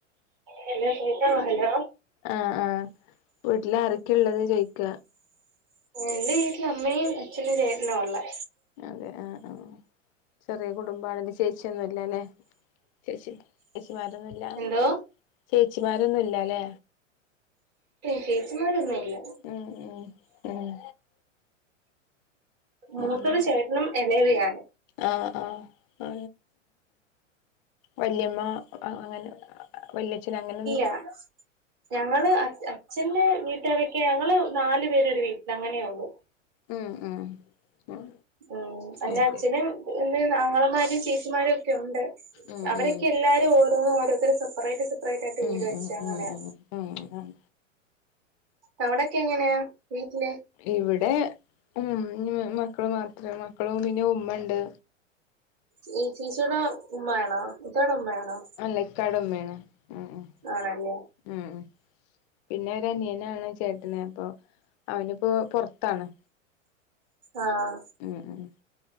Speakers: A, on the right; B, on the left.
A: ഹലോ കേകാവോ ഹലോ
B: ആഹ് ആഹ് വീട്ടില ആരൊക്കെ ഉള്ളത് ചോയിക്ക
A: എന്റെ വീട്ടില് അമ്മയും അച്ഛനും ചേട്ടനഉള്ളേ
B: അതെ ആഹ് ആഹ് ചെറിയ കുടുംബാണന്റെ ചേച്ചിയൊന്നുംല്ലല്ലെ ചേച്ചി ചേച്ചിമാരൊന്നുംല്ല
A: എന്തോ
B: ചേച്ചിമാരൊന്നുമല്ലല്ലേ
A: ചേച്ചിമാരൊന്നുംല്ല
B: ഉം ഉം ഉം
A: മൂത്തരു
B: അതെ
A: ചേട്ടനും ഇളയവയാണ്
B: ആഹ് ആഹ് ആ വല്യമ്മ അങ്ങനെ വലിയച്ഛന അങ്ങനെയൊന്നും
A: ആഹ് ഞങ്ങള് അച്ഛന്റെ വീട്ടുകാരൊക്കെ ഞങ്ങള് നാലു പേരരു വീട്ടിൽ അങ്ങനെ യാ ഇപ്പോ
B: ഉം ഉം ഉം
A: ഉം എന്റെ
B: അയ്ശരി
A: അച്ഛനും ഇ ങ്ങളമാരും ചേച്ചിമാരും ഒക്കെ ഉണ്ട്
B: ഉം
A: അവരൊക്കെ
B: ഉം
A: എല്ലാവാരും ഓരോന്നും ഓരോത്തർ സെപ്പറേറ്റ പട്ടായിട്ട്
B: ഉം
A: വീട് വെച്ച
B: ഉം ഉം
A: അങ്ങനെയ
B: ഉം ഉം
A: അവിടൊക്കെ എങ്ങനെയാ വീട് ല്
B: ഇവിടെ ഉ മക്കള് മാത്രേ മക്കളും പിന്നെ ഉമ്മ ഉണ്ട്
A: ചേച്ചിയടെ ഉമ്മ്യാണാ ഇത്താടെ ഉമ്മയണോ
B: അല്ല ഇക്കാടെ ഉമ്മയാണ് <unintelligible>
A: ആണല്ലേ
B: ഉം പിന്നെ ഒരുനിയനാണ് ചേട്ടനെ അപ്പൊ അവനിപ്പോ പൊറത്താണ്
A: ആഹ്
B: ഉം ഉം